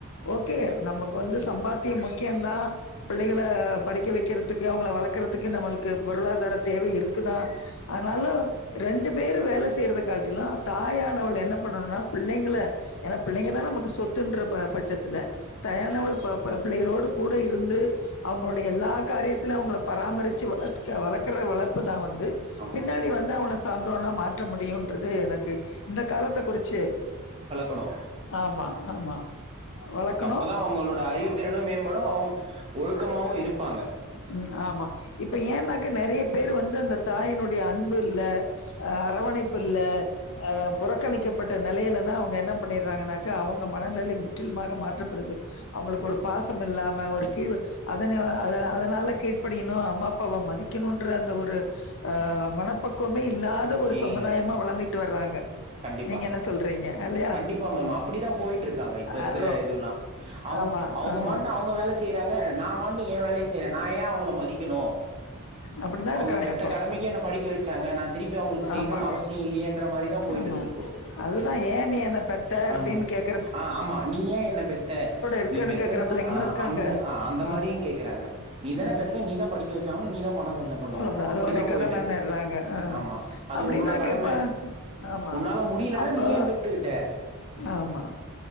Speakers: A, on the left (about 65°); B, on the right (about 25°).
A: ஓகே நமக்கு வந்து சம்பாத்தியம் முக்கியந்தான் பிள்ளைகள படிக்க வைக்கறதுக் வளக்கறதுக்கு நம்மளுக்கு பொருளாதார தேவை இருக்குதான் ஆனாலும் ரண்டு பேரும் வேல செய்றத காட்டிலும் தாயானவள் என்ன பண்ணணும்னா பிள்ளைங்கள ஏனா பிள்ளைங்க தான் நமக்கு சொத்துன்ற ப பட்சத்துல தாயானவள் ப ப பிள்ளைகளோடு கூட இருந்து அவுங்களுடைய எல்லா காரியத் துல அவங்கள பராமரிச்சி வளக்க வளக்கற வளர்ப்பு தா வந்து
B: ஆமா
A: பின்னாடி வந்து அவன சான்றோனா மாற்ற முடியும்ன்றது எனக்கு இந்த காலத்த குறிச்சி
B: கணும்
A: ஆமா ஆமா வளக்கணும்.
B: அப்பதா அவங்களோட அறிவுத்திறனும் மேம்படும் அவுங் ஒழுக்கமாவும் இருப்பாங்க
A: ம் ஆமா இப்ப ஏன்னாக்கா நெறையா பேரு வந்து அந்த தாயினுடைய அன்பு இல்ல ஆ அரவணைப்பு இல்ல ஆ புறக்கணிக்கப்பட்ட நெலையில தான் அவுங்க என்ன பண்ணிறாங்கன்னாக்கா அவங்க மனநிலை முற்றிலுமாக மாற்றப்படுது அவுங்களுக்கு ஒரு பாசம் இல்லாம ஒரு கீழ் அதன அத அதனால கீழ்ப்படியணும் அம்மா அப்பாவ மதிக் கினுன்ற அந்த ஒரு உ மனப்பக் குவமே இல்லாத
B: அம்
A: ஒரு
B: இல்ல
A: சமுதாயமா வளர்ந்துட்டு வறாங்க
B: கண்டிப்பா
A: ன்னா சொல்றீங்க அல்லையா
B: கண்டிப்பா மேம் அப்டிதா போயிட்டு இருக்காங்க இப்ப இருக்கற
A: அ
B: இதுவுலா அவங்
A: ஆமா
B: அவங்க
A: ஆமா
B: மாட்டனு அவுங்க வேல செய்றாங்க நா மாட்டுனு ஏ வேலைய செய்றன் நா ஏ அவங்கள மதிக் கிணோ
A: அப்டிதா
B: அவங்க
A: இருக்காங்க
B: பெத்த
A: இப்போ
B: கடமைக்கு என்னை படிக்க வச்சாங்க நா திருப்பி அவங்களுக்கு செய்ணுனு
A: ஆமா
B: அவசியம் இல்லன்ற மாரிதா போயிட்டு
A: ஆமா
B: இருக்கு இப்போ
A: அதுதா ஏன் நீ என்ன பெத்த அப்டின்னு
B: ஆமா
A: கேக்
B: ஆ ஆமா நீ ஏன் என்ன பெத்த
A: இருக்கன்னு
B: நீ பெத்ததுனால
A: கேக்குற பிள்ளைங்களு
B: அ
A: இருக்காங்க
B: அந்த அ அந்த
A: ஆ
B: மாரியு கேக்குறாங்க நீ தான
A: ம்
B: பெத்த நீதா படிக் க்கவச்சாவனு நீதா பண செலவு பண்ணி
A: அவ்ளோதா
B: ஆவனு
A: அதோடைய
B: அப்டிதா
A: கடமன்னுறாங்க
B: போயிட்டு இருக்கு
A: ஆ
B: ஆமா அது
A: அப்டின்னா
B: உன்னோட கடம
A: கேப்பா ஆமா
B: உன்னால முடியலனா
A: அப்போ
B: நீ ஏன் பெத்துக்கிட்ட
A: ஆமா